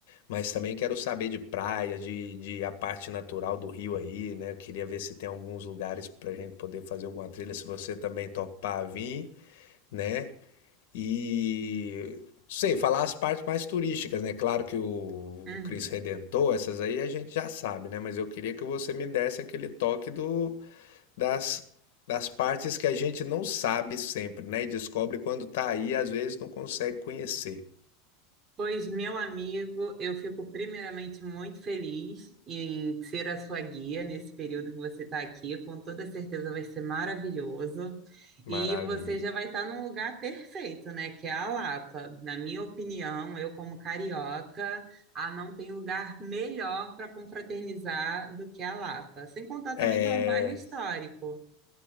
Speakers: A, on the left; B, on the right.
A: mas também quero saber de praia, de, de a parte natural do Rio aí, né? Eu queria ver se tem alguns lugares pra gente poder fazer alguma trilha, se você também topar vir né? E sei, falar as partes mais turísticas, né? Claro que o,
B: uhum.
A: o Cristo Redentor, essas aí a gente já sabe, né? Mas eu queria que você me desse aquele toque do, das, das partes que a gente não sabe sempre, né? E descobre quando tá aí, e às vezes não consegue conhecer.
B: Pois, meu amigo, eu fico primeiramente muito feliz em ser a sua guia nesse período que você está aqui. Com toda certeza vai ser maravilhoso.
A: Maravilha.
B: E você já vai estar num lugar perfeito, né? Que é a Lapa. Na minha opinião, eu como carioca, ah, não tem lugar melhor para confraternizar do que a Lapa. Sem contar
A: É,
B: também que é um bairro histórico.